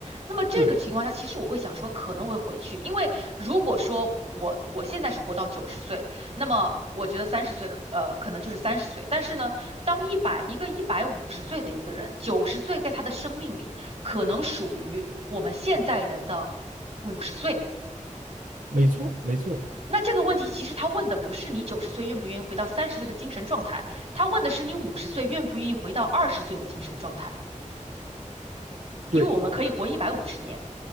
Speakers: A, on the right; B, on the right.
A: 那么这个情况下，
B: 对，
A: 其实我会想说可能会回去，因为如果说我我现在是活到九十岁。那么我觉得三十岁，呃，可能就是三十岁。但是呢，当一百一个一百五十岁的一个人，九十岁在他的生命里，可能属于我们现在人的五十岁。
B: 没错没错，
A: 那这个问题其实他问的不是你九十岁愿不愿意回到三十岁的精神状态，他问的是你五十岁愿不愿意回到二十岁的精神状态。因为我们可以活一百五十年，
B: 对